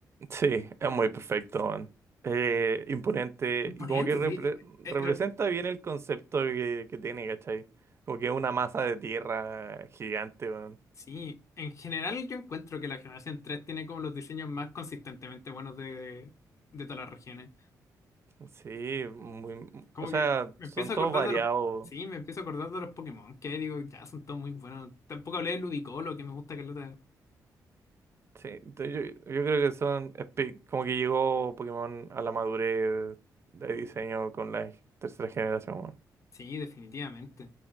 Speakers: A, on the right (about 35°); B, on the left (about 45°).
A: Sí, es muy perfecto, man. Eh, imponente.
B: Imponente,
A: Y como que repre-
B: sí. Eh,
A: representa
B: eh,
A: bien el concepto que, que tiene, ¿cachai? Como que es una masa de tierra gigante, man.
B: Sí, en general yo encuentro que la generación 3 tiene como los diseños más consistentemente buenos de, de todas las regiones.
A: Sí, muy,
B: Como
A: o sea,
B: que me
A: son
B: empiezo
A: todos
B: a acordar
A: variados.
B: de los... Sí, me empiezo a acordar de los Pokémon, que digo, ya son todos muy buenos. Tampoco hablé de Ludicolo, que me gusta que lo...
A: Sí, entonces yo, yo creo que son espe- como que llegó Pokémon a la madurez de diseño con la tercera generación.
B: Sí, definitivamente.